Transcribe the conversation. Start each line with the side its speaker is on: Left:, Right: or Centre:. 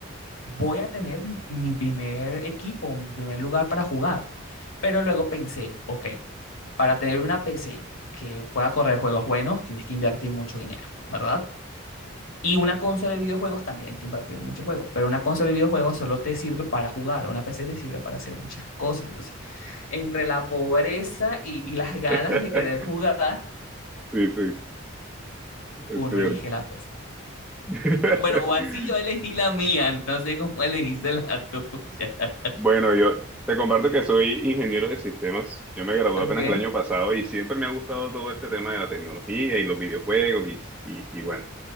Left: voy a tener mi, mi primer equipo, mi primer lugar para jugar. Pero luego pensé, ok, para tener una PC que pueda correr juegos buenos, tienes que invertir mucho dinero, ¿verdad? Y una consola de videojuegos también hay que invertir mucho juego, pero una consola de videojuegos solo te sirve para jugar, una PC te sirve para hacer muchas cosas. Entonces, entre la pobreza y, y las ganas
Centre: <laughs>
Left: de querer jugar,
Centre: Sí, sí, es
Left: uno
Centre: cierto.
Left: elige la PC.
Centre: <laughs>
Left: Bueno, o así yo elegí la mía, no sé cómo elegiste la tuya.
Centre: Bueno, yo te comparto que soy ingeniero de sistemas. Yo me gradué
Left: <laughs> ¿ok?
Centre: apenas el año pasado y siempre me ha gustado todo este tema de la tecnología y los videojuegos y, y, y bueno.